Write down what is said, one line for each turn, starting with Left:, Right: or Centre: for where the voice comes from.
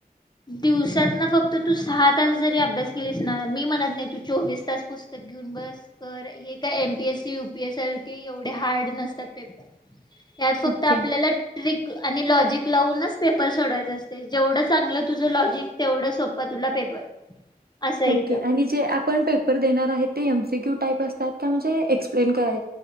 Left: दिवसातून फक्त फक्त तू सहा तास जरी अभ्यास केलीस ना मी म्हणत नाही तु चोवीस तास पुस्तक घेऊन बस, कर. हे काय M P S C, U P S C एवढे हार्ड नसतात पेपर. की आज फक्त
Right: ओके
Left: आपल्यालाच आणि लॉजिक लावूनच पेपर सोडवायचे असतय जेवढं चांगलं तुझं लॉजिक तेवढा सोपा पेपर. असं येत
Right: ओके आणि जे आपण पेपर देणार आहे ते एम सी क्यू टाईप असतात का म्हणजे एक्सप्लेन कराय